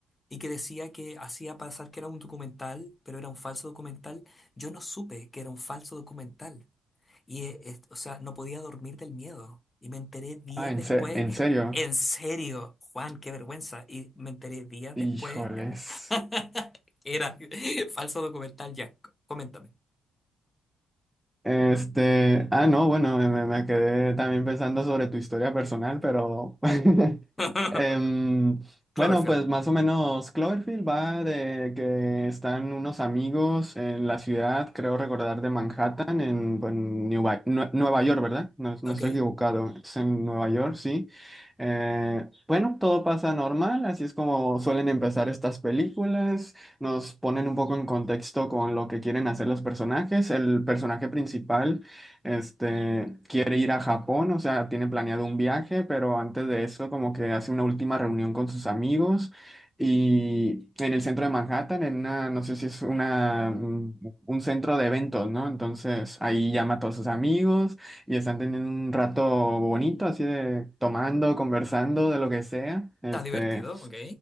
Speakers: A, on the left; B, in the centre.
A: y que decía que hacía pasar que era un documental, pero era un falso documental. Yo no supe que era un falso documental. Y, eh, es- o sea, no podía dormir del miedo. Y me enteré días
B: Ah, en,
A: después,
B: se- en serio.
A: en serio, Juan, qué vergüenza. Y me enteré días
B: Híjoles.
A: después, <laughs> era falso documental, ya, c- coméntame.
B: Este, ah, no, bueno, me, me- me quedé también pensando sobre tu historia personal, pero <laughs>
A: <laughs>
B: em,
A: Cloverfield,
B: bueno, pues más o menos Cloverfield va de que están unos amigos en la ciudad, creo recordar de Manhattan, en, pues, Nueva, Nue- Nueva York, ¿verdad? No, no
A: ok.
B: estoy equivocado, es en Nueva York, sí. Eh, bueno, todo pasa normal, así es como suelen empezar estas películas nos ponen un poco en contexto con lo que quieren hacer los personajes. El personaje principal, este, quiere ir a Japón, o sea, tiene planeado un viaje, pero antes de eso como que hace una última reunión con sus amigos y en el centro de Manhattan, en una, no sé si es una, mm, un centro de eventos, ¿no? Entonces ahí llama a todos sus amigos y están teniendo un rato bonito, así de tomando, conversando, de lo que sea, este.
A: Está divertido, ok.